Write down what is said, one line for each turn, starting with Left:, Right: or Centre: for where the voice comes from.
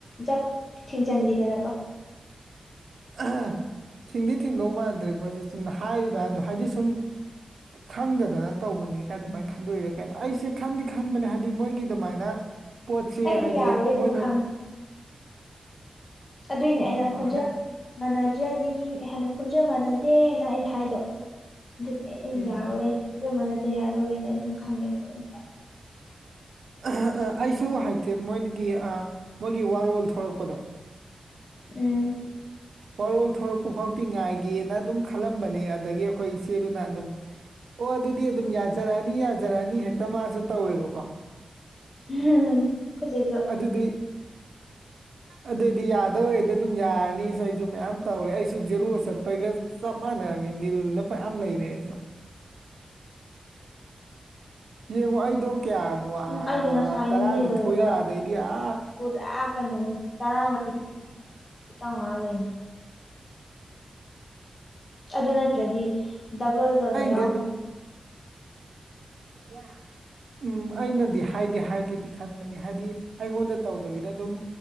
Left: ꯖꯞ ꯊꯤꯡꯖꯤꯟꯈꯤꯗꯅꯀꯣ
Right: <unintelligible> ꯊꯤꯡꯗꯤ ꯊꯤꯡꯗꯧ ꯃꯥꯟꯗ꯭ꯔꯦ ꯃꯣꯏꯁꯦ ꯆꯨꯝꯅ ꯍꯥꯏꯔꯤꯕ ꯍꯗꯣ ꯍꯥꯏꯗꯤ ꯁꯨꯝ ꯈꯪꯗꯗꯅ ꯇꯧꯕꯅꯤ ꯀꯥꯏꯅ ꯑꯗꯨꯃꯥꯏꯅ ꯈꯟꯗꯣꯛꯏꯔ ꯀꯥꯏꯅꯣ ꯑꯩꯁꯦ ꯈꯟꯗꯤ ꯈꯟꯕꯅꯦ ꯍꯥꯏꯗꯤ ꯃꯣꯏꯒꯤ ꯑꯗꯨꯃꯥꯏꯅ ꯄꯣꯠꯁꯤ
Left: ꯑꯩꯗꯤ
Right: ꯍꯥꯏꯗꯤ
Left: ꯌꯥꯔꯣꯏ ꯑꯗꯨꯝ
Right: ꯃꯣꯏꯅ
Left: ꯈꯪ ꯑꯗꯨꯏꯅꯦ
Right: ꯎꯝ
Left: ꯑꯩꯅ ꯈꯣꯟꯖꯦꯜ
Right: ꯍꯥꯏ
Left: ꯃꯥꯟꯅꯗ꯭ꯔꯗꯤ ꯍꯦꯟꯅ ꯈꯣꯟꯖꯦꯜ ꯃꯥꯟꯅꯗꯦꯅ ꯑꯩꯅ ꯍꯥꯏꯗꯣ ꯑꯗꯨꯒꯤ ꯑꯩ ꯑꯩ
Right: ꯎꯝ
Left: ꯌꯥꯔꯣꯏꯅ__ ꯑꯗꯨ ꯃꯥꯟꯅꯗꯦ ꯌꯥꯔꯣꯏ ꯑꯩ ꯑꯗꯨꯝ ꯈꯪꯉꯦꯕ ꯑꯩꯅ
Right: <unintelligible> ꯑꯩꯁꯨ ꯍꯥꯏꯇꯦ ꯃꯣꯏꯅꯒꯤ ꯑ ꯃꯣꯏ ꯒꯤ ꯋꯥꯔꯣꯜ ꯊꯣꯔꯛꯄꯗꯣ
Left: ꯎꯝ
Right: ꯋꯥꯔꯣꯜ ꯊꯣꯔꯛꯄ ꯐꯥꯎꯗꯤ ꯉꯥꯏꯒꯦꯅ ꯑꯗꯨꯝ ꯈꯜꯂꯝꯕꯅꯤ ꯑꯗꯒꯤ ꯑꯩꯈꯣꯏ ꯏꯆꯦꯗꯨꯅ ꯑꯗꯨꯝ ꯑꯣ ꯑꯗꯨꯗꯤ ꯑꯗꯨꯝ ꯌꯥꯖꯔꯛꯑꯅꯤ ꯌꯥꯖꯔꯛꯑꯅꯤ ꯍꯦꯛꯇ ꯃꯥꯁꯨ ꯇꯧꯋꯦꯕꯀꯣ
Left: ꯑꯩꯈꯣꯏ ꯆꯦꯁꯨ
Right: ꯑꯗꯨꯗꯨꯏ ꯑꯗꯣꯗꯤ ꯌꯥꯗꯣꯏꯑꯣꯏꯗꯤ ꯑꯗꯨꯝ ꯌꯥꯔꯅꯤ <unintelligible> ꯃꯌꯥꯝ ꯇꯧꯔꯦ ꯑꯩꯁꯨ ꯖꯦꯔꯣ ꯆꯠꯄꯩꯒ ꯆꯞ ꯃꯥꯟꯅꯔꯝꯃꯤ ꯅꯤꯜꯂ ꯃꯌꯥꯝ ꯂꯩꯔꯦ ꯑꯩꯁꯨ ꯌꯦꯡꯉꯣ ꯑꯩꯗꯣ ꯀꯌꯥꯅꯣ ꯑ
Left: ꯎꯝ ꯑꯩꯗꯤ ꯉꯁꯥꯏ
Right: ꯇꯔꯥꯅꯤꯊꯣꯏꯔ
Left: ꯅꯤꯜꯗꯣ
Right: ꯑꯗꯩꯗꯤ ꯑꯥ
Left: ꯄꯨꯔꯥ ꯀꯩꯅꯣꯅꯤ ꯇꯔꯥꯃꯔꯤ ꯇꯥꯔꯉꯥꯗꯤ ꯂꯩꯅꯤ ꯑꯗꯨ ꯅꯠꯇ꯭ꯔꯗꯤ ꯗꯕꯜꯗ ꯑꯣꯏꯅ
Right: ꯑꯩꯅꯗꯤ
Left: ꯌꯥꯎꯊꯣꯛ
Right: ꯑꯗꯨꯝ <unintelligible> ꯎꯝ ꯑꯩꯅꯗꯤ <unintelligible> ꯍꯥꯏꯗꯤ ꯍꯥꯏꯒꯦꯗꯤ ꯈꯟꯕꯅꯤ ꯍꯥꯏꯗꯤ ꯑꯩꯉꯣꯟꯗ ꯇꯧꯗꯕꯤꯗ ꯑꯗꯨꯝ